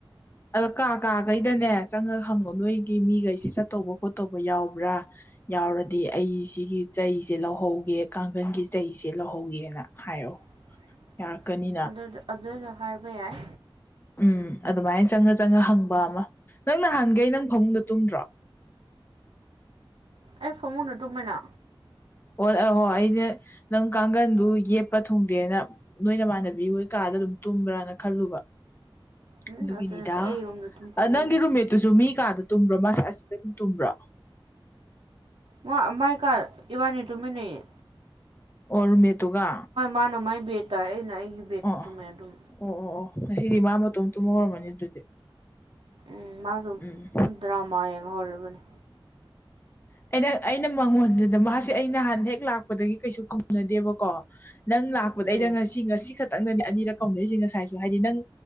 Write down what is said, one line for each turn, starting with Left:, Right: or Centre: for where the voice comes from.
Left: ꯑꯗꯣ ꯀꯥ ꯀꯥꯒꯩꯗꯅꯦ ꯆꯪꯉ ꯍꯪꯉꯣ ꯅꯣꯏꯒꯤ ꯃꯤꯒꯩꯁꯦ ꯆꯠꯇꯧꯕ ꯈꯣꯠꯇꯧꯕ ꯌꯥꯎꯕ꯭ꯔꯥ ꯌꯥꯎꯔꯗꯤ ꯑꯩ ꯁꯤꯒꯤ ꯆꯩꯁꯦ ꯂꯧꯍꯧꯒꯦ ꯀꯥꯡꯒꯜꯒꯤ ꯆꯩꯁꯦ ꯂꯧꯍꯧꯒꯦꯅ ꯍꯥꯏꯌꯣ
Right: <inaudible>
Left: ꯌꯥꯔꯛꯀꯅꯤ
Right: ꯑꯗꯨ ꯑꯗꯨꯁꯨ ꯍꯥꯏꯕ ꯌꯥꯏ
Left: ꯎꯝ ꯑꯗꯨꯃꯥꯏꯅ ꯆꯪꯉ ꯆꯪꯉ ꯍꯪꯕ ꯑꯃ ꯅꯪ ꯅꯍꯥꯟꯒꯩ ꯅꯪ ꯐꯃꯨꯡꯗ ꯇꯨꯝꯗ꯭ꯔꯣ
Right: ꯑꯩ ꯐꯃꯨꯡꯗ ꯇꯨꯝꯃꯦꯅ
Left: ꯑꯣ ꯑꯍꯣ ꯑꯩꯗꯤ ꯅꯪ ꯅꯪ ꯀꯥꯡꯒꯟꯗꯨ ꯌꯦꯞꯄ ꯊꯨꯡꯗꯦꯅ ꯅꯣꯏ ꯅꯃꯥꯟꯅꯕꯤꯈꯣꯏ ꯀꯥꯗ ꯑꯗꯨꯝ ꯇꯨꯝꯕ꯭ꯔꯅ ꯈꯜꯂꯨꯕ
Right: ꯎꯝ
Left: ꯑꯗꯨꯒꯤꯅꯤꯗ
Right: ꯅꯠꯇꯦ ꯅꯠꯇꯦ ꯑꯩꯔꯣꯝꯗ ꯇꯨꯝ ꯇꯨꯝꯃꯦꯗ
Left: ꯅꯪꯒꯤ ꯔꯨꯝꯃꯦꯠꯇꯨꯁꯨ ꯃꯤ ꯀꯥꯗ ꯇꯨꯝꯕ꯭ꯔꯣ ꯃꯥꯁꯨ ꯑꯁꯤꯗ ꯑꯗꯨꯝ ꯇꯨꯝꯕ꯭ꯔꯣ
Right: ꯃꯥ ꯃꯥꯏ ꯀꯥꯗ ꯏꯕꯥꯅꯤ ꯇꯨꯃꯤꯟꯅꯩꯌꯦ
Left: ꯑꯣ ꯔꯨꯝꯃꯦꯠꯇꯨꯒ
Right: ꯃꯥꯅ ꯃꯥꯏ ꯕꯦꯠꯇ ꯑꯩꯅ ꯑꯩꯒꯤ ꯕꯦꯠꯇ
Left: ꯑꯣ
Right: ꯇꯨꯝꯃꯦ ꯑꯗꯨꯝ
Left: ꯑꯣ ꯑꯣ ꯑꯣ ꯉꯁꯤꯗꯤ ꯃꯥ ꯃꯇꯣꯝ ꯇꯨꯝꯍꯧꯔꯝꯃꯅꯤ
Right: ꯎꯝ
Left: ꯑꯗꯨꯗꯤ
Right: ꯎꯝ ꯃꯥꯁꯨ
Left: ꯎꯝ
Right: ꯗ꯭ꯔꯃꯥ ꯌꯦꯡꯍꯧꯔꯕꯅꯤ
Left: ꯑꯩꯅ ꯑꯩꯅ ꯃꯉꯣꯟꯗꯨꯗ ꯃꯥꯁꯦ ꯑꯩ ꯅꯍꯥꯟ ꯍꯦꯛ ꯂꯥꯛꯄꯗꯒꯤ ꯀꯩꯁꯨ ꯀꯧꯅꯗꯦꯕꯀꯣ ꯅꯪ ꯂꯥꯛꯄꯗꯩꯗ
Right: ꯎꯝ
Left: ꯉꯁꯤ ꯉꯁꯤ ꯈꯛ ꯈꯛꯇꯪꯗꯅꯤ ꯑꯅꯤꯔꯛ ꯀꯧꯅꯔꯤꯁꯦ ꯉꯁꯥꯏꯁꯨ ꯍꯥꯏꯗꯤ ꯅꯪ